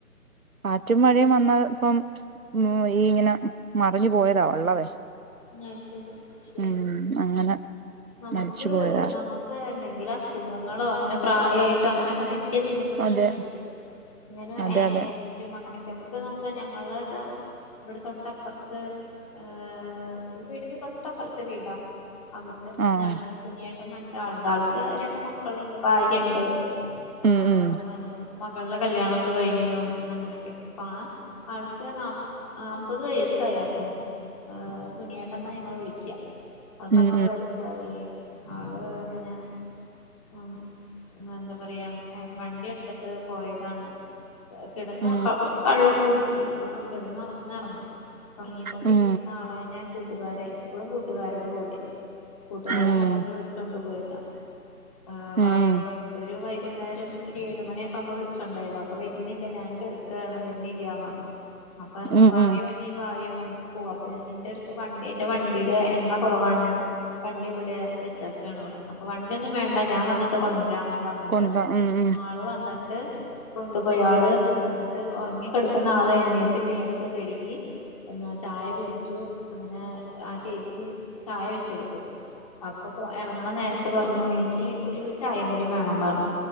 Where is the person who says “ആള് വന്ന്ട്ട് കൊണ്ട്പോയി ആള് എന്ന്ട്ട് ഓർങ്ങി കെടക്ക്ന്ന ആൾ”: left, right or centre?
Left